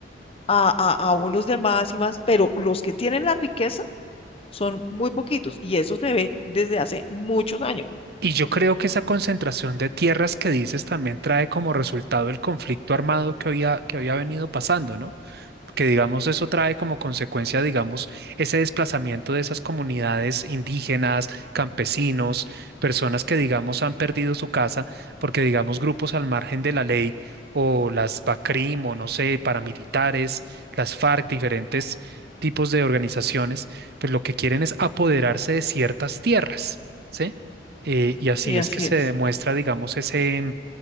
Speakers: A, on the left; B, on the right.
A: a, a, a unos demás y más, pero los que tienen la riqueza son muy poquitos y eso se ve desde hace muchos años.
B: Y yo creo que esa concentración de tierras que dices también trae como resultado el conflicto armado que había, que había venido pasando, ¿no? que digamos eso trae como consecuencia, digamos, ese desplazamiento de esas comunidades indígenas, campesinos, personas que digamos han perdido su casa porque digamos grupos al margen de la ley o las BACRIM o no sé, paramilitares, las FARC, diferentes tipos de organizaciones, pues lo que quieren es apoderarse de ciertas tierras, ¿sí? Eh, y así
A: Y así
B: es que se
A: es.
B: demuestra, digamos, ese,